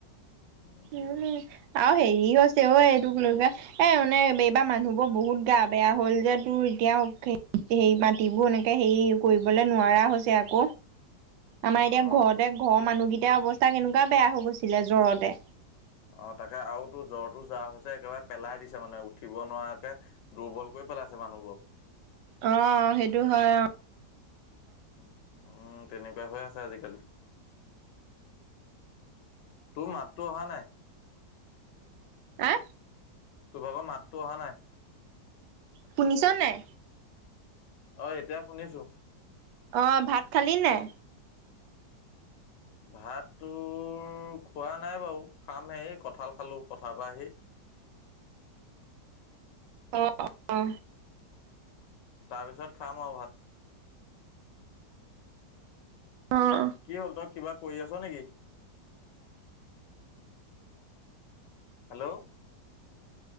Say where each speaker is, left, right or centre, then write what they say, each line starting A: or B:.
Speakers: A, on the left; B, on the right.
A: <inaudible>
B: <unintelligible> আৰু হেৰি আছে ঐ এই তোক লৈগাই এ মানে এইবাৰ মানুহবোৰ বহুত গা বেয়া হ'ল যে তোৰ এতিয়াও খেই সেই মাটিবোৰ এনেকে হেৰি কৰিবলে নোৱাৰা হৈছে আক। আমাৰ এতিয়া
A: অ
B: ঘৰতে ঘৰৰ মানুহকেইটাৰ অৱস্থা কেনেকুৱা বেয়া হৈ গৈছিলে জ্বৰতে।
A: অ তাকে আও তো জ্বৰটো যাৱা হৈছে একেবাৰে পেলাই দিছে মানে উঠিব নোৱাকে। দুৰ্বল কৰি পেলাইছে মানুহবোৰক।
B: অ সেইটো হয় অ।
A: উম তেনেকুৱা হৈ আছে আজিকালি। তো মাতটো অহা নাই।
B: এ।
A: তো ভাগৰ মাতটো অহা নাই।
B: শুনিছ নাই?
A: অ এতিয়া শুনিছো।
B: অ ভাত খালি নাই?
A: ভাত তোৰ খোৱা নাই বাও খাম হে কঁঠাল খালো পথাৰ পা আহি।
B: অ অ।
A: তাৰপিছত খাম আও ভাত।
B: অহ।
A: কি হ'ল তই কিবা কৰি আছ নেকি? হেল্ল'?